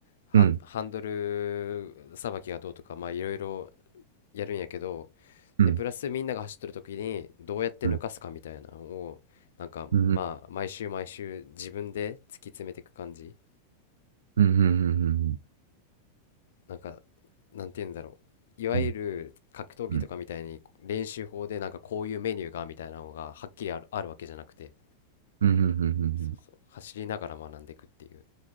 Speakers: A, on the left; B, on the right.
A: ハン、
B: うん。
A: ハンドルさばきがどうとかまあいろいろやるんやけど
B: うん。
A: でプラスみんなが走ってる時にどうやって抜かすかみたいなのをなんかまあ毎週毎週自分で突き詰めていく感じ
B: うん。うん。うん。うん。うん。うん。うん。
A: なんかなんて言うんだろういわゆる格闘技とかみたいに練習法でなんかこういうメニューがみたいなのがはっきりある、
B: うん。うん。うん。
A: あるわけじゃなくて
B: うん。
A: そうそう走りながら学んでいくっていう